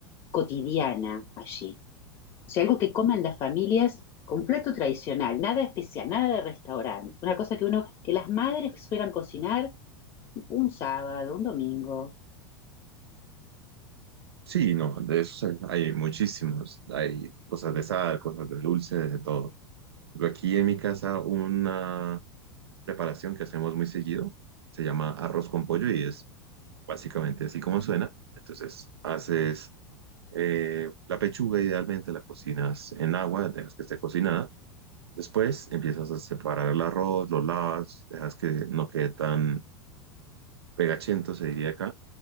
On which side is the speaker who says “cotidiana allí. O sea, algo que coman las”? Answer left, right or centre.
Left